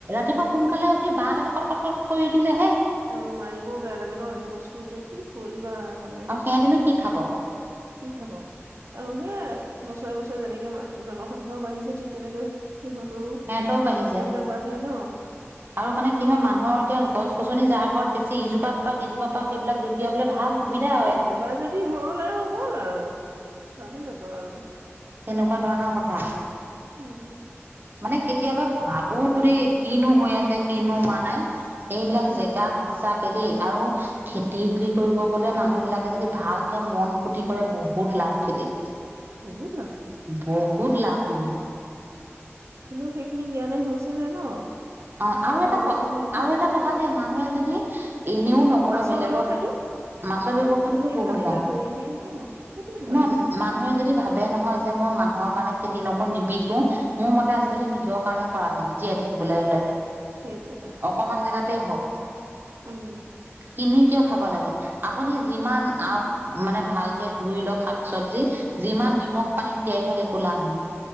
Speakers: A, on the right; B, on the right.
A: ৰাতিপুৱা সোনকালে উঠি বাহডাল কট কট কক কৰি দিলে হে <unintelligible>
B: আৰু মাৰিবও বেয়া লাগে ন এইবোৰ বস্তু এতিয়া কি কৰিবা মানে
A: আৰু সিহঁতিনো কি খাব
B: কি খাব আৰু সেই বছৰে বছৰে যেনেকে জনসংখ্যাও বাঢ়িছে ঠিক তেনেকৈ সিহঁতৰো
A: সিহঁতও বাঢ়ি
B: সংখ্যাবিলাক
A: যায়
B: বাঢ়ে ন
A: আৰু মানে
B: সেইটোৱে
A: কি হয় মানুহৰ এতিয়া গছ গছনি যাৰ ঘৰত বেছি ইজোপা প বা সিজোপা পা সেইবিল জপিয়াবলৈ ভাল সুবিধা হয়
B: এ এবাৰ যদি হল আৰু হ'ল আৰু ভাবি ল'ব বাৰু
A: তেনেকুৱা ধৰণৰ কথা
B: উম উম
A: মানে কেতিয়াবা ভাবো দেই কিনো হৈ আছে কিনো হোৱা নাই এইবিলাক
B: উম
A: জেগা সঁচাক। তাকে দেই আৰু খেতি বুলি কৰিব গলে মানুহ বিলাকে যদি ভালকে মন পুতি কৰে বহুত লাভ খেতিত।
B: বহুত লাভ
A: বহুত লাভ মানে।
B: তোলোক সেইখিনি জ্ঞানে গৈছ যে ন।
A: অহ
B: কিছুমান
A: ', আৰু এটা
B: ল'ৰা
A: ক
B: ছোৱালী এতিয়া
A: আৰু
B: সেইটোৱে
A: এটা কথা দে মানুহে যদি এনেও নকৰে
B: আকৌ মাছৰ
A: বেলেগক
B: ব্যৱসায়টো
A: মাছৰ ব্যৱসায়টো
B: পুখুৰী
A: বহুত
B: খান্দি
A: লাভ।
B: তাত হেৰি দি অ সেইটোও ভাল
A: ন
B: হৈছে
A: মানুহে যদি ভাবে নহয় যে মই মানুহৰ কাৰণে খেতি নকৌ নিবিকো। মোৰ মতে আজিকালি
B: উম
A: নিজৰ কাৰণে। কৰা ভাল জীয়াই থাকিবলৈ হলে।
B: সেইটো এটা
A: অকমান জেগাতে হওক।
B: উম',
A: কিনি কিয় খাব লাগে আপুনি যিমান মানে ভালকে ধুই লওক শাক চবজি যিমান নিমখ পানীত তিয়াই থওক একো লাভ নাই।